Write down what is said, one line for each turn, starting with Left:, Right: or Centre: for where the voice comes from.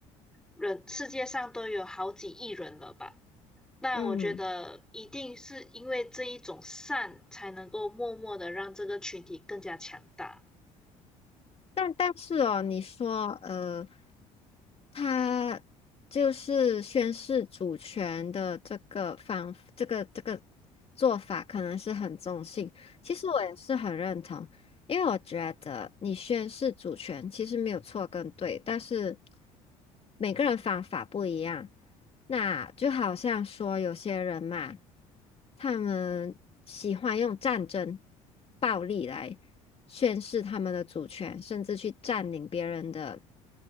Centre: 人，世界上都有好几亿人了吧？那我觉得一定是因为这一种善，
Left: 嗯。
Centre: 才能够默默的让这个群体更加强大。
Left: 但但是哦，你说呃，他就是宣示主权的这个方，这个这个做法，可能是很中性。其实我也是很认同，因为我觉得你宣示主权其实没有错跟对，但是每个人方法不一样。那就好像说有些人嘛，他们喜欢用战争、暴力来宣示他们的主权，甚至去占领别人的